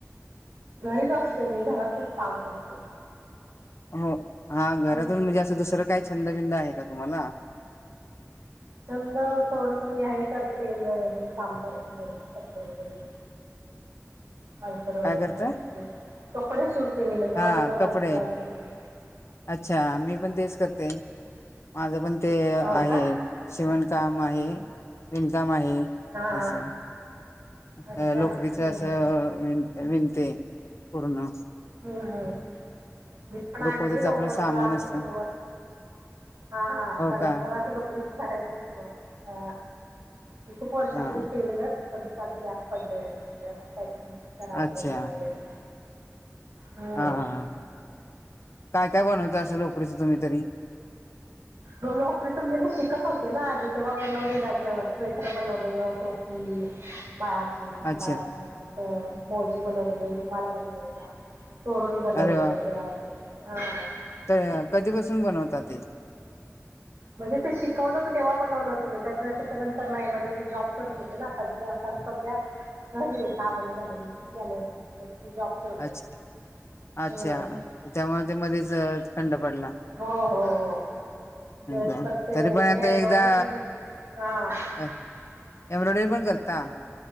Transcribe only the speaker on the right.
घरीच असते मी घरातलच काम करते.
हम्म
छंद थोडसं मी आहे करते टेलरिंग काम करते, थोडं कपडे वगैरे.
अल्टर
वगैरे
करायचे असतील, कपडे शिवते मी म्हणजे
माझे स्वतःचे
ब्लाऊज वगैरे.
हो
का
हा हा
अच्छा
हम्म
हम्म हम्म मी पण आणली
लोकर
मला अजून
सुरुवात, हा हा
तर
मला ती लो करीचं करायचंय सुरुवात, अ मी खूप वर्षापूर्वी
केलेलं. <unintelligible> पडले त्याच्यामुळे आता तोपर्यंत करावं
रुमाल वैगेरे. हम्म.
लोकरीचं म्हणजे मी शिकत होते ना आधी तेव्हा बनवलेलं असं स्वेटर बनवलेलं टोपी बाळाची लहान
बाळाची, परत अ मोजे बनवलेले, रुमाल बनवलेला. तोरण बनवलेलं
तयार, हा.
म्हणजे ते शिकवलं होतं तेव्हा बनवलं होतं मी, त्या त्याच्यानंतर नाही मध्ये मी जॉब करत होते ना आता. म्हणजे आता सध्या घरी आहे सहा महिने झालं मी जानेवारी पासनं, घरी जॉब करत होते
आधी
हम्म
हो हो हो. परत
ते
हे
एम्ब्रॉयडरी
पण मी हा